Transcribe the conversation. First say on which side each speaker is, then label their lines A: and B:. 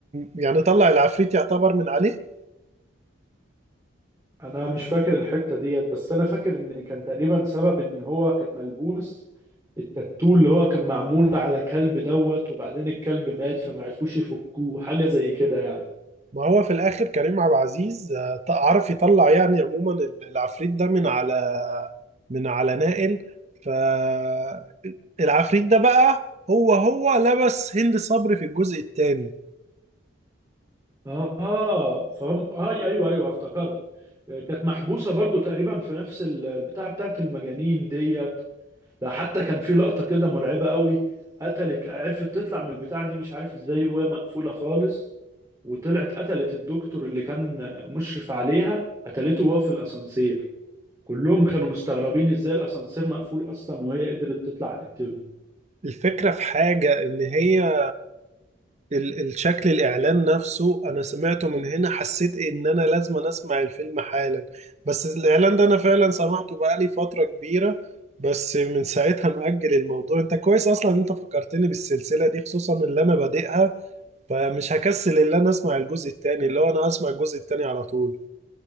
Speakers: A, on the right; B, on the right.
A: يعني طلع العفريت يعتبر من عليه
B: انا مش فاكر الحتة ديت بس انا فاكر ان كان تقريبا سبب ان هو كان ملبوس التاتو اللي هو كان معمول على كلب دوت وبعدين الكلب مات فما عرفوش يفكوه حاجة زي كده يعني
A: ما هو في الاخر كريم عبد العزيز آه، عرف يطلع يعني عموما ال- العفريت ده من على من على نائل فالعفريت ده بقى هو هو لبس هند صبري في الجزء الثاني
B: اه فهم اه ايوه ايوه افتكرت آه، كانت محبوسه برضو تقريبا في نفس ال- البتاعه بتاعت المجانين ديت ده حتى كان في لقطه كده مرعبه قوي قتلت عرفت تطلع من البتاعه دي مش عارف ازاي وهي مقفوله خالص وطلعت قتلت الدكتور اللي كان آه، مشرف عليها قتلته وهو في الاسانسير كلهم كانوا مستغربين ازاي الاسانسير مقفول اصلا وهي قدرت تطلع تقتله
A: الفكرة في حاجة إن هي ال- الشكل الاعلان نفسه انا سمعته من هنا حسيت ان انا لازم اسمع الفيلم حالا بس الاعلان ده انا فعلا سمعته بقالي فترة كبيرة بس من ساعتها مأجل الموضوع انت كويس اصلا ان انت فكرتني بالسلسلة دي خصوصا اللي انا بادئها فمش هكسل ان انا اسمع الجزء التاني اللي هو انا هسمع الجزء التاني على طول